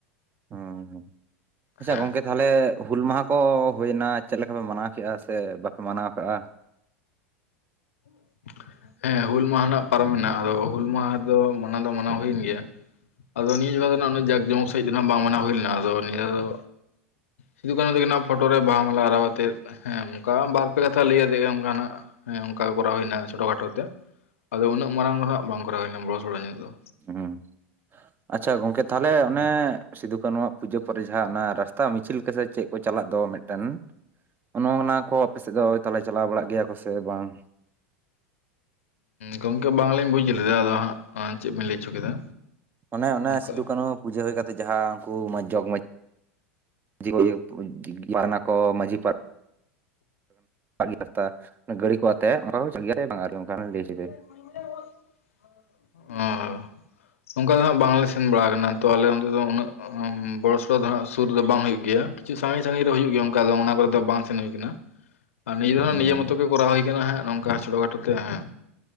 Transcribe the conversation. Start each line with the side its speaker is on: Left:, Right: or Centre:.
Right: ᱦᱩᱸ ᱦᱩᱸ ᱟᱪᱪᱷᱟ
Left: ᱦᱮᱸ
Right: ᱜᱚᱝᱠᱮ ᱛᱟᱦᱚᱞᱮ ᱦᱩᱞ ᱢᱟᱦᱟ ᱠᱚ ᱦᱩᱭᱱᱟ, ᱪᱮᱫ ᱞᱮᱠᱟ ᱯᱮ ᱢᱟᱱᱟᱣ ᱠᱮᱫᱼᱟ ᱥᱮ ᱵᱟᱯᱮ ᱢᱟᱱᱟᱣ ᱠᱟᱜᱼᱟ?
Left: <inaudible> ᱦᱮᱸ ᱦᱩᱞ ᱢᱟᱦᱟ ᱱᱟᱜ ᱯᱟᱨᱚᱢ ᱢᱮᱱᱟᱜᱼᱟ᱾ ᱟᱫᱚ ᱦᱩᱞ ᱢᱟᱦᱟ ᱨᱮᱫᱚ ᱢᱟᱱᱟᱣ ᱫᱚ ᱢᱟᱱᱟᱣ ᱦᱩᱭᱮᱱ ᱜᱮᱭᱟ᱾ ᱟᱫᱚ ᱱᱤᱭᱟᱹ ᱡᱟᱭᱜᱟ ᱫᱚᱱᱟᱜ ᱩᱱᱟᱹᱜ ᱡᱟᱠ ᱡᱚᱢᱚᱠ ᱥᱟᱦᱤᱡ ᱫᱚ ᱱᱟᱜ ᱵᱟᱝ ᱢᱟᱱᱟᱣ ᱦᱩᱭ ᱞᱮᱱᱟ ᱟᱫᱚ ᱱᱤᱭᱟᱹ ᱫᱚ ᱥᱤᱫᱷᱩ ᱠᱟᱹᱱᱦᱩ ᱛᱟᱠᱤᱱᱟᱜ ᱯᱷᱳᱴᱳ ᱨᱮ ᱵᱟᱦᱟ ᱢᱟᱞᱟ ᱟᱨᱟᱣ ᱟᱛᱮᱫ ᱦᱮᱸ, ᱚᱱᱠᱟ ᱵᱟᱨᱯᱮ ᱠᱟᱛᱷᱟ ᱞᱟᱹᱭ ᱟᱛᱮ ᱜᱮ ᱚᱱᱠᱟᱱᱟᱜ ᱦᱮᱸ ᱚᱱᱠᱟ ᱜᱮ ᱠᱚᱨᱟᱣ ᱦᱩᱭᱱᱟ᱾ ᱪᱷᱚᱴᱳ ᱠᱷᱟᱴᱳ ᱛᱮ᱾ ᱟᱫᱚ ᱩᱱᱟᱹᱜ ᱢᱟᱨᱟᱝ ᱫᱚ ᱦᱟᱜ ᱵᱟᱝ ᱠᱚᱨᱟᱣ ᱦᱩᱭᱱᱟ᱾ ᱵᱚᱲᱚ ᱥᱚᱲᱚᱧᱚᱜ ᱫᱚ
Right: ᱦᱮᱸ ᱟᱪᱪᱷᱟ ᱜᱚᱝᱠᱮ ᱛᱟᱦᱞᱮ ᱚᱱᱮ ᱥᱤᱫᱩ ᱠᱟᱹᱱᱩᱣᱟᱜ ᱯᱩᱡᱟᱹ ᱯᱚᱨᱮ ᱡᱟᱦᱟᱸ ᱚᱱᱟ ᱨᱟᱥᱛᱟ ᱢᱤᱪᱷᱤᱞ ᱞᱮᱠᱟ ᱥᱮ ᱪᱮᱫ ᱠᱚ ᱪᱟᱞᱟᱜ ᱫᱚ ᱢᱤᱫᱴᱮᱱ? ᱚᱱ ᱚᱱᱟ ᱠᱚ ᱟᱯᱮ ᱥᱮᱫ ᱫᱚ ᱛᱟᱞᱮ ᱪᱟᱞᱟᱣ ᱵᱟᱲᱟᱜ ᱜᱮᱭᱟ ᱠᱚ ᱥᱮ ᱵᱟᱝ?
Left: ᱜᱚᱝᱠᱮ ᱵᱟᱝ ᱞᱤᱧ ᱵᱩᱡ ᱞᱮᱫᱟ, ᱟᱫᱚ ᱦᱟᱸᱜ ᱪᱮᱫ ᱵᱤᱱ ᱞᱟᱹᱭ ᱦᱚᱪᱚ ᱠᱮᱫᱟ?
Right: ᱚᱱᱮ ᱚᱱᱮ
Left: ᱚᱱᱠᱟ
Right: ᱥᱤᱫᱩᱼ ᱠᱟᱹᱱᱦᱩ ᱯᱩᱡᱟᱹ ᱦᱩᱭ ᱠᱟᱛᱮᱫ ᱡᱟᱦᱟᱸ ᱩᱱᱠᱩ ᱢᱟ ᱡᱚᱜᱽ ᱢᱚᱡᱽ <unintelligible> ᱯᱟᱨᱜᱟᱱᱟ ᱠᱚ ᱢᱟᱹᱡᱷᱤ ᱯᱟ <unintelligible> ᱨᱟᱥᱛᱟ ᱜᱟᱹᱰᱤ ᱠᱚ ᱟᱛᱮᱫ ᱚᱱᱠᱟ ᱪ ᱜᱮᱭᱟ <unintelligible> ᱚᱱᱠᱟ ᱞᱟᱹᱭ ᱚᱪᱚᱭᱫᱟᱧ
Left: <unintelligible> ᱦᱮᱸ᱾ ᱚᱱᱠᱟ ᱫᱚ ᱦᱟᱜ ᱵᱟᱝᱞᱮ ᱥᱮᱱ ᱵᱟᱲᱟ ᱟᱠᱟᱱᱟ ᱛᱚ, ᱟᱞᱮ ᱚᱱᱰᱮ ᱫᱚ ᱩᱱᱟᱹᱜ ᱵᱚᱲᱚ ᱥᱚᱲᱚ ᱫᱚ ᱦᱟᱜ ᱥᱩᱨ ᱨᱮ ᱫᱚ ᱵᱟᱝ ᱦᱩᱭᱩᱜ ᱜᱮᱭᱟ᱾ ᱠᱤᱪᱷᱩ ᱥᱟᱺᱜᱤᱧ ᱥᱟᱺᱜᱤᱧ ᱨᱮ ᱦᱩᱭᱩᱜ ᱜᱮᱭᱟ᱾ ᱚᱱᱠᱟ ᱫᱚ ᱚᱱᱟ ᱠᱚᱨᱮ ᱫᱚ ᱵᱟᱝ ᱥᱮᱱ ᱦᱩᱭ ᱠᱟᱱᱟ᱾
Right: <unintelligible>
Left: ᱟᱨ ᱱᱤᱡᱮ ᱫᱚ
Right: ᱦᱩᱸ
Left: ᱱᱤᱡᱮ ᱢᱚᱛᱚ ᱜᱮ ᱠᱚᱨᱟᱣ ᱦᱩᱭ ᱠᱟᱱᱟ, ᱱᱚᱝᱠᱟ ᱪᱷᱴᱚ ᱠᱷᱟᱴᱳ ᱛᱮ ᱦᱮᱸ᱾